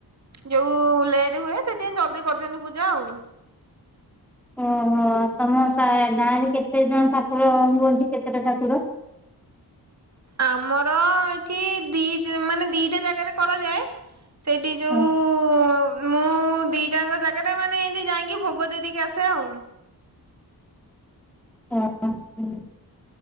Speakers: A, on the right (about 40°); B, in the centre.
A: ଯୋଉ। ଲେଟ ହୁଏ ସେଥିାପାଇଁ ଜଲଦି କରିଦିଅନ୍ତୀ ପୂଜା ଆଉ।
B: ଓହୋ ତମ ଓଷା ଗାଁ ରେ କେତେ ଜଣ ଠାକୁର ହୁଅନ୍ତି କେତେଟା ଠାକୁର।
A: ଆମର ଏଇଠି ଦି ଜ ମାନେ ଦିଟା ଜାଗାରେ କରାଯାଏ। ସେଇଠି ଯୋଉ।
B: ହଁ
A: ମୁଁ ଦିଟାଙ୍କ ଜାଗା ଟା ମାନେ ଏମତି ଯାଇକି ଭୋଗ ଦେଇ ଦେଇକି ଆସେ ଆଉ।
B: ଓ ହୋ ହଉ।